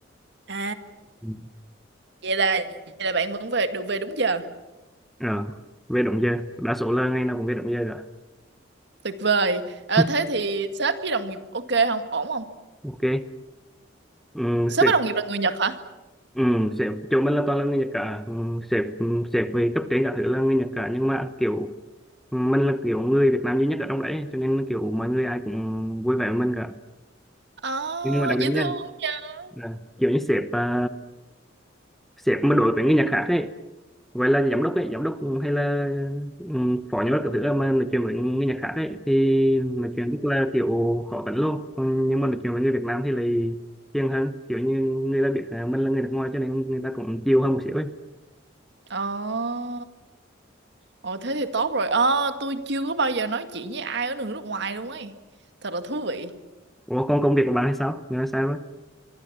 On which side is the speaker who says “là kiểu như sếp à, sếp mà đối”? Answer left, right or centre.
Centre